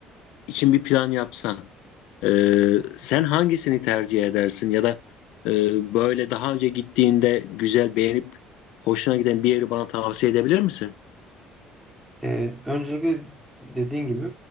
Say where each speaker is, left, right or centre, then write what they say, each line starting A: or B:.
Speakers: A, on the left (about 70°); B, on the right (about 15°).
A: için bir plan yapsan, e, sen hangisini tercih edersin ya da e, böyle daha önce gittiğinde güzel beğenip hoşuna giden bir yeri bana tavsiye edebilir misin?
B: Ee, öncelikle dediğin gibi